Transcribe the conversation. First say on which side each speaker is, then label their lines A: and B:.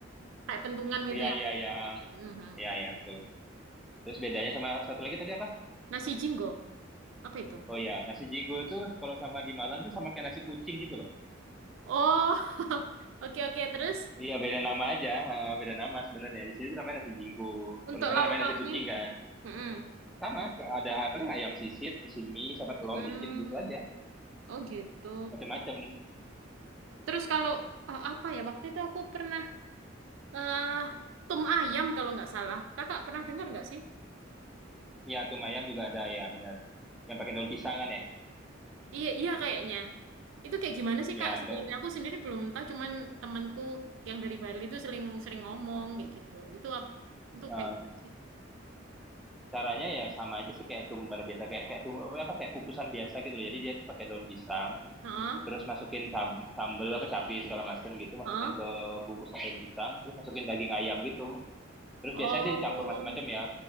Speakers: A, on the right (about 75°); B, in the centre.
A: kayak pentungan
B: ya
A: gitu ya.
B: ya ya
A: Mhm.
B: ya ya betul. Terus bedanya sama yang satu lagi tadi apa?
A: Nasi jinggo. Apa itu?
B: Oh ya, nasi jinggo itu kalau sama di Malang itu sama kayak nasi kucing gitu loh.
A: Oh. <laughs> Oke oke, terus
B: Iya, beda nama aja, eh, beda nama sebenarnya. Di sini tuh namanya nasi jinggo.
A: untuk
B: Kalau di sana
A: lauk-lauknya.
B: namanya nasi kucing kan.
A: Mm-mm.
B: Sama, ada apa sih ayam sisit di sini sama
A: Hmm.
B: telur dikit gitu aja.
A: Oh, gitu.
B: Macam-macam.
A: Terus kalau eh, apa ya waktu itu aku pernah eh tum ayam kalau nggak salah. Kakak pernah dengar nggak sih?
B: Ya, tuh ayam juga ada ya, benar. Yang pakai daun pisang kan ya?
A: Iya iya kayaknya. Itu kayak gimana sih
B: Ya,
A: Kak? Sebenarnya
B: do-
A: aku sendiri belum tahu. Cuman temanku yang dari Bali itu sering sering ngomong kayak gitu. Itu ap- itu
B: eh,
A: kayak gitu sih.
B: caranya ya sama aja sih kayak tum pada biasa kayak kayak tum apa kayak kukusan biasa gitu loh. Jadi dia tuh pakai daun pisang
A: Heeh,
B: terus masukin sambal sambel apa cabai segala macam gitu masukin
A: heeh.
B: ke bungkusan daun pisang terus masukin daging ayam gitu terus
A: Oh,
B: biasanya sih dicampur macam-macam ya